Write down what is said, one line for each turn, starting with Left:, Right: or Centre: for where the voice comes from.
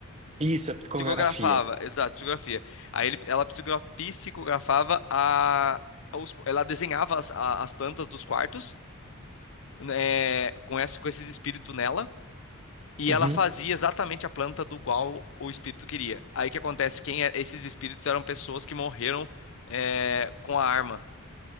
Right: Isso, é psicografia.
Left: Psicografava, exato, psicografia. Aí ele, ela psicogra- psicografava a, os- ela desenhava as, a- as plantas dos quartos, né, com, esse, com esses espíritos nela, e
Right: Uhum.
Left: ela fazia exatamente a planta do qual o espírito queria. Aí o que acontece? Quem é- esses espíritos eram pessoas que morreram é, com a arma,